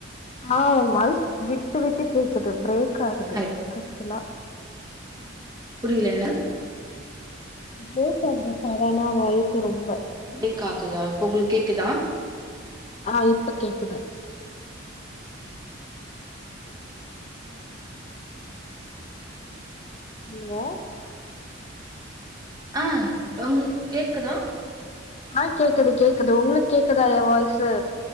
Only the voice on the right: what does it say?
ஹலோ
புரில என்ன
பேக் அகுத இப்ப உங்குளுக்கு கேக்குதா
ஆ உங்குளுக்கு கேக்குதா